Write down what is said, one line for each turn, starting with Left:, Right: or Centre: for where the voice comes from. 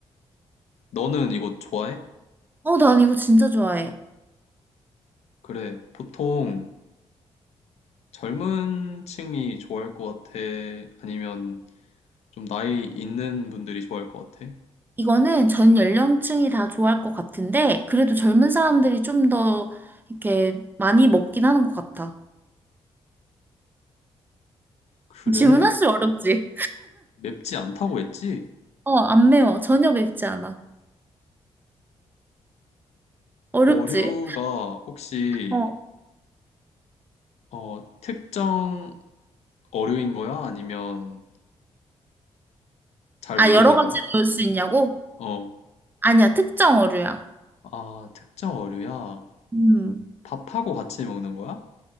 Left: 너는 이거 좋아해?
Right: 어, 난 이거 진짜 좋아해.
Left: 그래, 보통 젊은 층이 좋아할 것 같아? 아니면 좀 나이 있는 분들이 좋아할 것 같아?
Right: 이거는 전 연령층이 다 좋아할 것 같은데, 그래도 젊은 사람들이 좀 더 이렇게 많이 먹긴 하는 것 같아.
Left: 그래,
Right: 질문할수록 어렵지?
Left: 맵지 않다고 했지?
Right: 어, 안 매워. 전혀 맵지 않아. 어렵지?
Left: 어류가 혹시
Right: 어.
Left: 어, 특정 어류인 거야? 아니면 잘
Right: 아,
Left: 모르는
Right: 여러 가지로
Left: 거야?
Right: 넣을 수 있냐고?
Left: 어,
Right: 아니야, 특정 어류야.
Left: 아, 특정 어류야?
Right: 음.
Left: 밥하고 같이 먹는 거야?